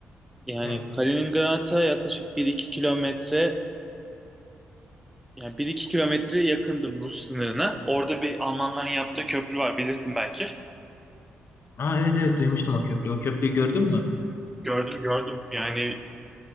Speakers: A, in the centre; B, on the left.
A: Yani
B: Evet.
A: Kaliningrad'a yaklaşık bir iki kilometre yani bir iki kilometre yakındım Rus sınırına. Orada bir Almanların yaptığı köprü var bilirsin belki.
B: Aa evet evet duymuştum o köprüyü. O köprüyü gördün mü?
A: Gördüm gördüm yani